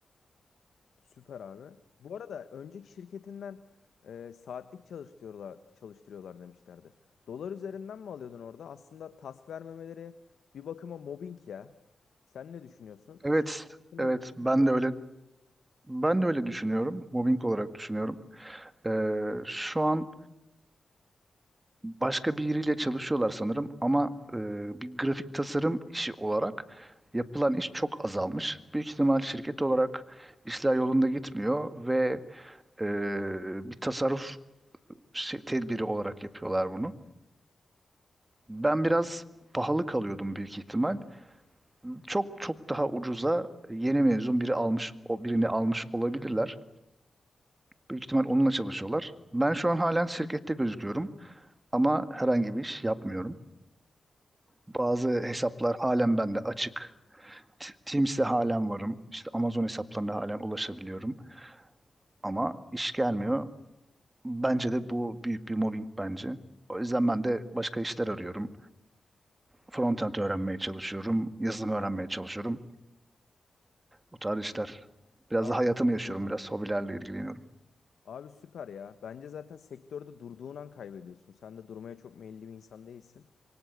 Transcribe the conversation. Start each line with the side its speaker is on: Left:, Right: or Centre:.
Left: Süper abi. Bu arada önceki şirketinden e, saatlik çalıştırıyorlar, çalıştırıyorlar demişlerdi. Dolar üzerinden mi alıyordun orada? Aslında task vermemeleri bir bakıma mobbing ya. Sen ne düşünüyorsun?
Right: Evet,
Left: İş hakkında
Right: evet
Left: bu mobbing
Right: ben
Left: oldu.
Right: de öyle ben de öyle düşünüyorum. Mobbing olarak düşünüyorum. Ee, şu an başka biriyle çalışıyorlar sanırım ama e, bir grafik tasarım işi olarak yapılan iş çok azalmış. Büyük ihtimal şirket olarak işler yolunda gitmiyor ve e, bir tasarruf şey- tedbiri olarak yapıyorlar bunu. Ben biraz pahalı kalıyordum büyük ihtimal. Çok çok daha ucuza yeni mezun biri almış, o birini almış olabilirler. Büyük ihtimal onunla çalışıyorlar. Ben şu an halen şirkette gözüküyorum ama herhangi bir iş yapmıyorum. Bazı hesaplar halen bende açık. T- Teams'te halen varım. İşte Amazon hesaplarına halen ulaşabiliyorum. Ama iş gelmiyor. Bence de bu büyük bir mobbing bence. O yüzden ben de başka işler arıyorum. Frontend öğrenmeye çalışıyorum. Yazılım öğrenmeye çalışıyorum. Bu tarz işler. Biraz
Left: Abi,
Right: da hayatımı yaşıyorum. Biraz hobilerle ilgileniyorum.
Left: abi süper ya. Bence zaten sektörde durduğun an kaybediyorsun. Sen de durmaya çok meyilli bir insan değilsin.